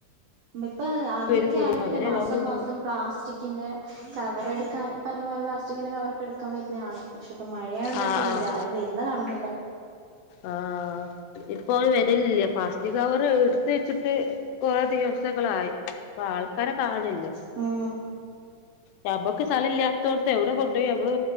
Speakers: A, on the right; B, on the left.
A: ഇപ്പ ആദ്യൊക്കെ
B: വരും കൊതുക്
A: ആണെങ്കിലും
B: അങ്ങനെ
A: മാസം
B: രോഗണ്ടാവും
A: മാസം, പ്ലാസ്റ്റിക്കിന്റെ കവറെട്ക്കാൻ ഇപറ്ണപോലെ പ്ലാസ്റ്റിക്കിന്റെ കവറ് കെട്ക്കാംവെര്ന്നെ ആന്ന് പക്ഷെ ഇപ്പംമഴയായോണ്ടാന്ന്
B: ആഹ്
A: തോൻന്നു
B: ആഹ്
A: ഇവര് ആരും വെര്ന്ന കാണ്ന്നില്ല
B: ആഹ് ഇപ്പൊ ഓല് വെരലില്യ ഫാസ്റ്റിക് കവറ് ഇട്ത്തെച്ച്ട്ട് കുറ ദിവസങ്ങളായി ഇപ്പൊ ആൾക്കാരെ കാണില്ല
A: ആ അതെ ഇപ്പൊ മഴയൊക്കെ ആയതുകൊണ്ട്.
B: ഞമ്മക് സ്ഥലല്ല്യ ഇത്തോടത്ത് അവിടെ കൊണ്ടോയി അമ്മള്